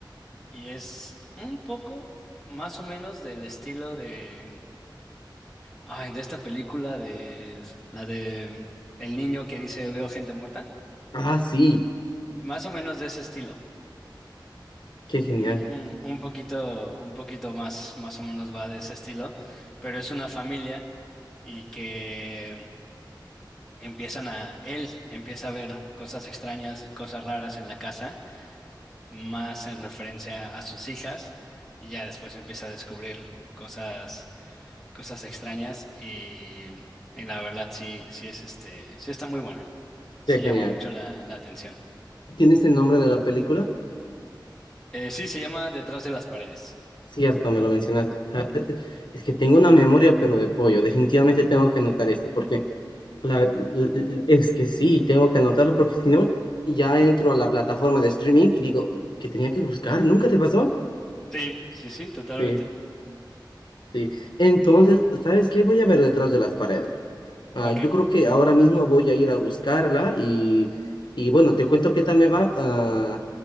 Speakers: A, in the centre; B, on the left.
A: y es un poco más o menos del estilo de, ay, de esta película de, la de el niño que dice veo gente muerta,
B: Ah, sí.
A: más o menos de ese estilo.
B: Qué genial.
A: Un, un- un poquito, un poquito más, más o menos va de ese estilo, pero es una familia y que empiezan a, él empieza a ver cosas extrañas, cosas raras en la casa, más en referencia a sus hijas, y ya después empieza a descubrir cosas, cosas extrañas y, y la verdad sí, sí es este, sí está muy buena, sí
B: Qué
A: llama
B: genial.
A: mucho la, la atención.
B: ¿Tienes el nombre de la película?
A: Eh, sí, se llama Detrás de las paredes.
B: Cierto, me lo mencionaste. O sea, e- e- es que tengo una memoria, pero de pollo. Definitivamente tengo que anotar esto, porque la- l- l- es que sí, tengo que anotarlo, porque si no, ya entro a la plataforma de streaming y digo, que tenía que buscar? ¿Nunca te pasó?
A: Sí, sí, sí, totalmente.
B: Sí, sí. Entonces, ¿sabes qué? Voy a ver detrás de las paredes. Ah,
A: Ok,
B: yo creo que ahora mismo voy a ir a buscarla y, y bueno, te cuento qué tal me va. Ah,